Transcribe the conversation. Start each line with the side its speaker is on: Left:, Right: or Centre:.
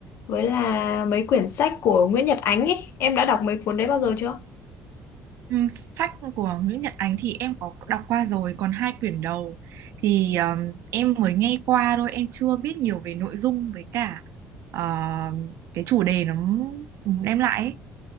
Left: với là mấy quyển sách của Nguyễn Nhật Ánh ấy, em đã đọc mấy cuốn đấy bao giờ chưa?
Right: Ừ, sách của Nguyễn Nhật Ánh thì em có đọc qua rồi, còn hai quyển đầu thì um, em mới nghe qua thôi, em chưa biết nhiều về nội dung với cả ờ, cái chủ đề nó đem lại ấy.